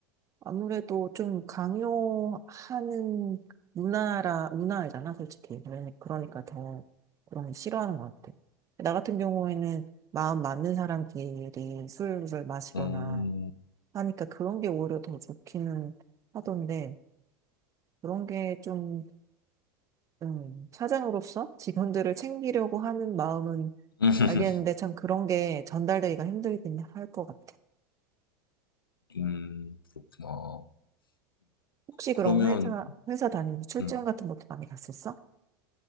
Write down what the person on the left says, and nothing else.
음,
<laughs>
음, 그렇구나.
그러면,
음,